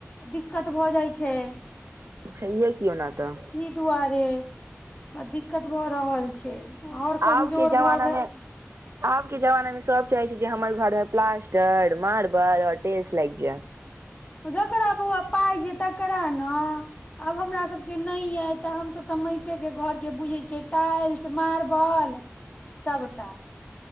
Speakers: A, on the left; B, on the right.
A: दिक्कत भऽ जाइ छै
B: छैहे कि ओना तऽ
A: त दुआरे दिक्कत भऽ रहल छै आओर कमजोर
B: आब के जमाना
A: भऽ गेल
B: मे
A: <inaudible>
B: आब के जमाना में सब चाहे छै जे हमर घर में प्लास्टर मार्बल और टेल्स लागि जाय
A: जकरा बाॅआ पाइ छै तकरा नऽ आब हमरा सभके नहि अइ तऽ हमसभ तऽ माटेके घरके बुझैत छियै टाइल्स मारबल सबटा